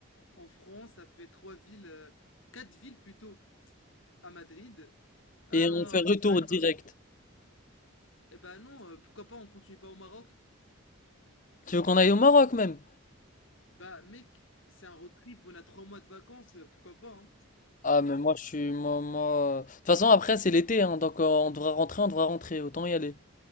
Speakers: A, on the left (about 65°); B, on the left (about 35°).
A: en France, ça fait trois villes, euh, quatre villes plutôt à Madrid, à,
B: Et on fait
A: en
B: retour
A: Espagne,
B: direct.
A: pardon. Eh bah non, euh, pourquoi pas, on continue pas au Maroc?
B: Tu veux qu'on aille au Maroc même?
A: Bah mec, c'est un road trip, on a trois mois de vacances, euh, pourquoi pas, hein?
B: Ah mais moi je suis moi, moi- euh, De toute façon après c'est l'été hein, donc euh, on devra rentrer, on devra rentrer, autant y aller.